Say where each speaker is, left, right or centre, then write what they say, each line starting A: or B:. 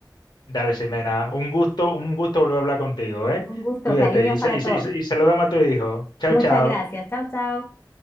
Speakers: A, on the left (about 70°); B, on the left (about 30°).
A: Dale, Ximena, un gusto, un gusto volver a hablar contigo, ¿eh?
B: Un gusto,
A: Cuídate
B: cariños
A: y,
B: para
A: sa- y,
B: todos.
A: sa- y sa- y saludame a tu hijo. Chao,
B: Muchas
A: chao.
B: gracias. Chao, chao.